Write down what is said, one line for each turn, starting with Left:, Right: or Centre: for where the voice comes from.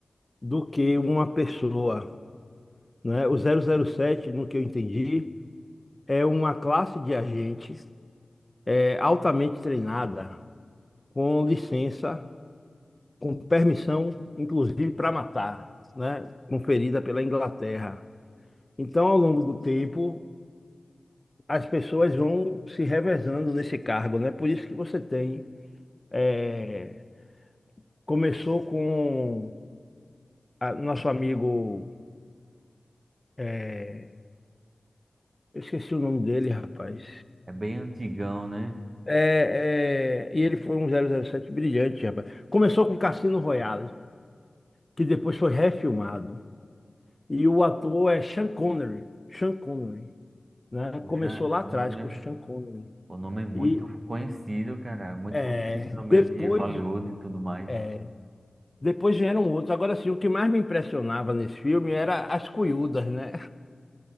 Left: do que uma pessoa, né? O zero zero sete no que eu entendi, é uma classe de agentes é, altamente treinada, com licença, com permissão, inclusive para matar, né? Conferida pela Inglaterra. Então, ao longo do tempo, as pessoas vão se revezando nesse cargo, né? Por isso que você tem. é, começou com a- nosso amigo. é, eu esqueci o nome dele, rapaz.
Right: É bem antigão, né?
Left: É, é, e ele foi um zero zero sete brilhante, rapaz. Começou com Cassino Royale, que depois foi refilmado. E o ator é Sean Connery. Sean Connery, né?
Right: Poxa,
Left: Começou lá atrás
Right: o nome
Left: com Sean Connery.
Right: O nome é muito
Left: E
Right: conhecido, cara, muito
Left: é,
Right: conhecido no
Left: depois,
Right: meio de Hollywood e tudo mais.
Left: é, depois vieram outros. Agora sim, o que mais me impressionava nesse filme era as cuiudas, né?